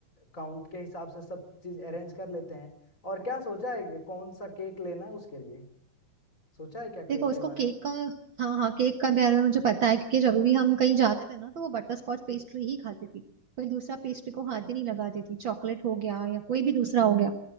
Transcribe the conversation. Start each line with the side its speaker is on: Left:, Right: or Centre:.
Left: काउंट के हिसाब से सब चीज अरेंज कर लेते हैं और क्या सोचा है कि कौन सा केक लेना है उसके लिए सोचा है क्या केक
Right: देखो उसको
Left: के बारे
Right: केक
Left: में
Right: का हाँ हाँ केक का बारे में मुझे पता है क्योंकि जब भी हम कहीं जाते थे ना तो वो बटर स्कॉच पेस्ट्री ही खाती थी कोई दूसरा पेस्ट्री को हाथ ही नहीं लगाती थी चॉकलेट हो गया या कोई भी दूसरा हो गया